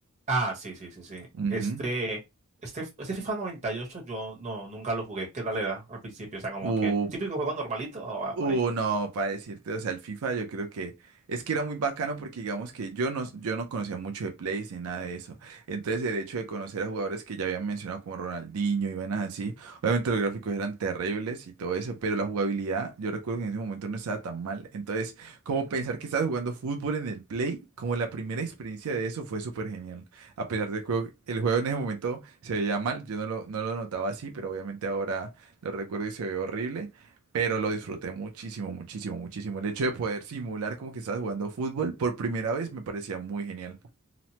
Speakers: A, on the right (about 30°); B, on the right (about 85°).
A: Ah, sí, sí, sí, sí.
B: Ujú.
A: Este, este, este FIFA noventa y ocho yo no, nunca lo jugué. ¿Qué tal era al principio? O sea, como
B: O
A: que típico juego normalito. o a-
B: Uh,
A: ahí.
B: no, para decirte, o sea, el FIFA yo creo que es que era muy bacano porque digamos que yo no, yo no conocía mucho de plays ni nada de eso. Entonces el hecho de conocer a jugadores que ya habían mencionado como Ronaldinho y vainas así, obviamente los gráficos eran terribles y todo eso, pero la jugabilidad yo recuerdo que en ese momento no estaba tan mal. Entonces, como pensar que estabas jugando fútbol en el play, como la primera experiencia de eso fue súper genial. A pesar del juego, el juego en ese momento se veía mal, yo no lo, no lo notaba así, pero obviamente ahora lo recuerdo y se ve horrible. Pero lo disfruté muchísimo, muchísimo, muchísimo. El hecho de poder simular como que estás jugando fútbol por primera vez me parecía muy genial.